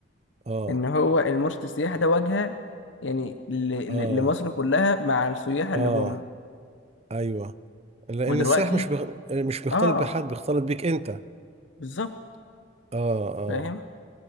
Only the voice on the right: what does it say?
اه
اه
اه
ايوه لان
السائح مش بغ... مش بيختلط
بحد بيختلط بيك انت اه
اه